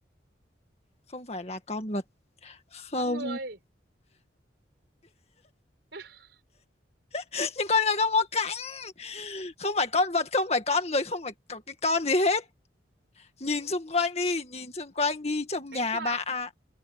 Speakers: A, on the left; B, on the right.
A: không phải là con vật không
B: con người <laughs>
A: <laughs> nhưng con người không có cánh không phải con vật không phải con người không phải có cái con gì hết
B: Ờ,
A: nhìn xung quanh đi nhìn xung quanh đi trong
B: cánh
A: nhà
B: quạt
A: bà ạ.